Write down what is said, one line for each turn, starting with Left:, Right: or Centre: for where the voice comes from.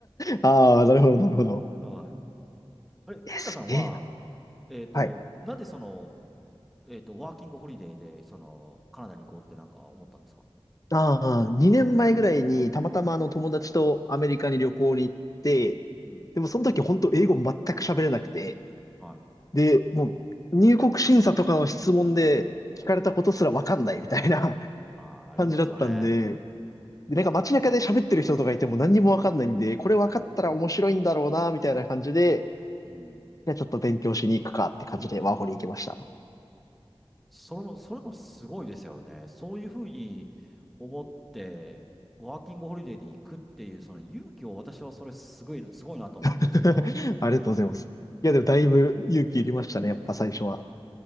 Left: ああ、なるほど、なるほど。
Centre: はい。あれ、ケイタさんは、
Left: え、すげえな。
Centre: えっと、
Left: はい。
Centre: なぜその、えっと、ワーキングホリデーで、その、カナダに行こうってなんか思ったんですか
Left: ああ、2年前ぐらいにたまたまあの友達とアメリカに旅行に行って、
Centre: うん。
Left: でもその時本当英語全く喋れなくて、
Centre: はい。
Left: で、もう入国審査とかの質問で聞かれたことすらわかんないみたいな
Centre: あー、
Left: <laughs>
Centre: ありますよね。
Left: 感じだったんで、で、なんか街中で喋ってる人とかいても何にもわかんないんで、これわかったら面白いんだろうな、みたいな感じで、
Centre: うん。
Left: じゃあちょっと勉強しに行くかって感じでワーホリ行きました。
Centre: それも、それもすごいですよね。そういうふうに思って、ワーキングホリデーで行くっていう、その勇気を私はそれすごいな、すごいなと思うんですけど、
Left: <laughs> ありがとうございます。いや、でもだいぶ勇気いりましたね、
Centre: な
Left: やっぱ最初は。